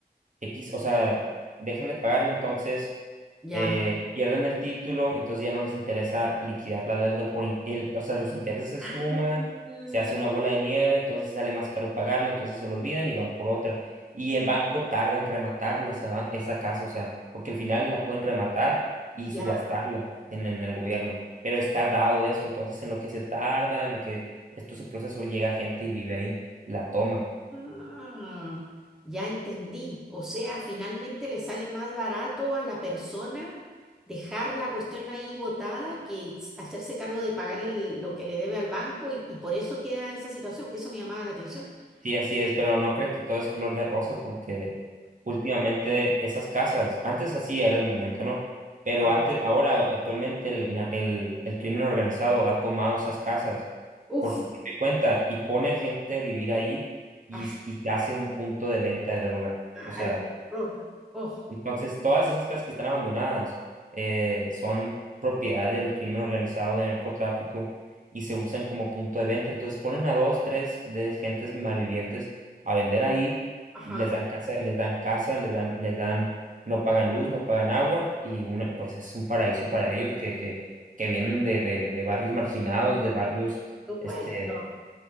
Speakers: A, on the right; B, in the centre.
A: X, o sea, dejan de pagarla, entonces
B: ya.
A: eh, pierden el título, entonces ya no les interesa liquidar la deuda por, in- el- o sea, los intereses se
B: Ah,
A: suman, se hace una bola de nieve, entonces sale más caro pagarla, entonces se lo olvidan y van por otra. Y el banco tarda en rematarla esa, ban- esa casa, o sea, porque al final la pueden rematar y
B: ya.
A: subastarla en en el gobierno pero es tardado eso, entonces en lo que se tarda, en lo que esto se procesó, llega gente y vive ahí, la toma.
B: Ah, ya entendí. O sea, finalmente le sale más barato a la persona dejar la cuestión ahí botada que s- hacerse cargo de pagarle el- lo que le debe al banco y, y por eso queda esa situación, porque eso me llamaba la atención.
A: Sí, así
B: Oh,
A: es, pero no creas que todo es color de rosas porque últimamente esas casas, antes así era el momento, ¿no? Pero
B: ah,
A: antes, ahora actualmente el, nar- el, el crimen organizado ha tomado esas casas
B: uf,
A: por su propia cuenta y pone a gente a vivir ahí y,
B: ah,
A: s- y te hace un punto de venta de droga.
B: claro,
A: O sea...
B: horror. Oh,
A: Entonces, todas esas casas que están abandonadas eh, son propiedad del crimen organizado, del narcotráfico, y se usan como punto de venta. Entonces, ponen a dos, tres de gentes malvivientes a vender ahí,
B: ajá,
A: les dan casa, les dan casa, les dan, les dan, no pagan luz, no pagan agua, y uno, pues es un paraíso para ellos que, que, que vienen de, de, de barrios marginados, de barrios,
B: por supuesto.
A: este,